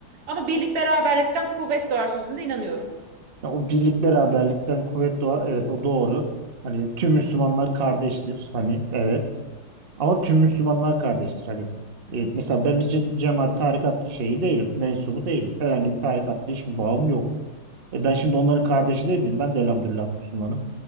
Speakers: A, on the right (about 85°); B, on the right (about 40°).
A: Ama birlik beraberlikten kuvvet doğar sözünde inanıyorum.
B: ya o birlik beraberlikten kuvvet doğar. Evet o doğru. Hani tüm Müslümanlar kardeştir. Hani evet. Ama tüm Müslümanlar kardeştir. Hani e, mesela ben bir ce- cemaat tarikat şeyi değilim. Mensubu değilim. Herhangi bir tarikatla hiçbir bağım yok. E ben şimdi onların kardeşi değil miyim? Ben de elhamdülillah Müslümanım.